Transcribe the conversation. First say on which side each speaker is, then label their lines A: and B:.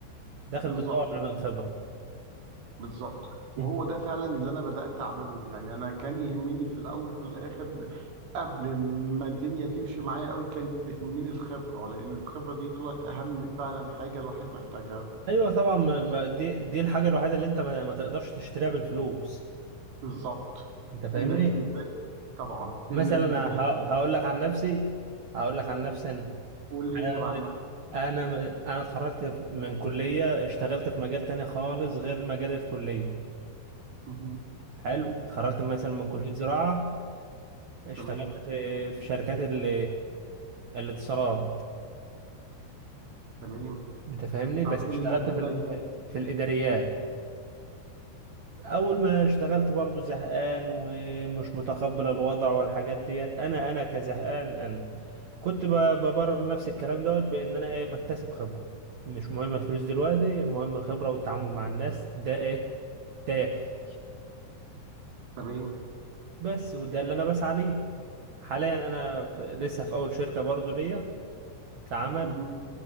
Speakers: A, on the right; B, on the right.
A: داخل
B: بالظبط
A: بتدور عن الخبرة
B: بالظبط
A: مم.
B: وهو ده فعلا اللي انا بدأت اعمله يعني انا كان يهمني في الاول وفي الاخر قبل ما الدنيا تمشي معايا قوي كانت تهمني الخبرة لان الخبرة دي طلعت اهم فعلا حاجة الواحد محتاجها
A: أيوة طبعا ما- ما- دي دي الحاجة الوحيدة اللي أنت ما, ما تقدرش تشتريها بالفلوس
B: بالظبط
A: أنت فاهمني؟
B: انك ازاي طبعا
A: مثلا
B: انك ازاي
A: ه- هقول لك عن نفسي هقول لك عن نفسي أنا
B: تقول لي
A: أنا
B: انت بقى عنها
A: دل- أنا م- أنا اتخرجت ف- من كلية اشتغلت في مجال تاني خالص غير مجال الكلية
B: مهم.
A: حلو اتخرجت مثلا من كلية زراعة اشتغلت
B: تمام
A: في في شركات ال- الاتصالات
B: تمام
A: انت فاهمني
B: طب
A: بس
B: ايه
A: اشتغلت
B: اللي جاب
A: في ال-
B: ده لده؟
A: في ال- في الاداريات اول ما اشتغلت برضو زهقان ومش متقبل الوضع والحاجات ديت انا انا كزهقان انا كنت ب- ببرر لنفسي الكلام دوت بان انا ايه بكتسب خبرة مش مهم الفلوس دلوقتي المهم الخبرة والتعامل مع الناس ده ايه ده يكفي
B: تمام
A: بس وده اللي انا بسعى ليه حاليا انا في لسه في اول شركة برضو ليا كعمل
B: مهم.